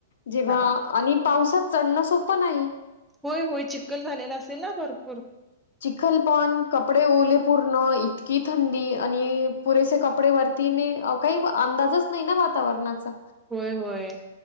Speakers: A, on the left (about 75°); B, in the centre.
A: जेव्हा
B: हा
A: आणि पावसात चढणं सोपं नाही.
B: होय होय चिखल झालेला असेल ना भरपूर
A: चिखलपण कपडे ओले पूर्ण इतकी थंडी आणि पुरेसे कप कपडे वरतीने काही अंदाजच नाही ना वातावरणाचा
B: होय होय